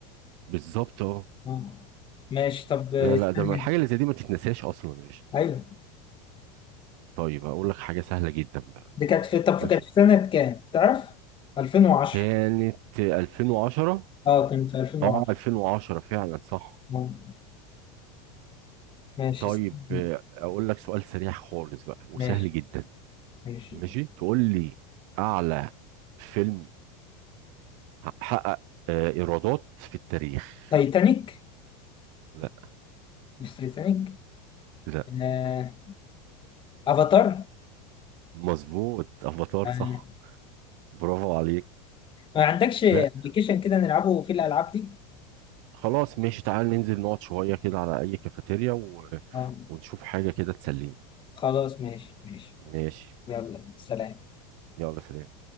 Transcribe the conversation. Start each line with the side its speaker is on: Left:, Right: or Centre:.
Right: بالظبط اه
Left: اه ماشي طب استني
Right: لا لا ده ما الحاجة اللي زي دي ما تتنساش أصلا يا باشا.
Left: ايوه
Right: طيب اقول لك حاجه سهله جدا بقى
Left: دي كانت في طب
Right: ماشي
Left: كانت في سنة كام؟ تعرف؟ 2010
Right: كانت 2010
Left: اه كانت في 2010
Right: اه 2010 فعلا صح
Left: اه ماشي
Right: طيب
Left: استني.
Right: آه، اقول لك سؤال سريع خالص بقى وسهل
Left: ماشي
Right: جدا
Left: ماشي
Right: ماشي تقول لي اعلى فيلم حقق آه، ايرادات في التاريخ
Left: تايتانيك
Right: لا
Left: مش تايتانيك
Right: لا
Left: آه. افاتار
Right: مظبوط افاتار
Left: آه.
Right: صح برافو عليك
Left: ما عندكش ابلكيشن
Right: لا
Left: كده نلعبه في الالعاب دي؟
Right: خلاص ماشي تعال ننزل نقعد شويه كده على اي كافيتيريا و...
Left: اه
Right: ونشوف حاجه كده تسلينا
Left: خلاص ماشي ماشي
Right: ماشي
Left: يلا سلام
Right: يلا سلام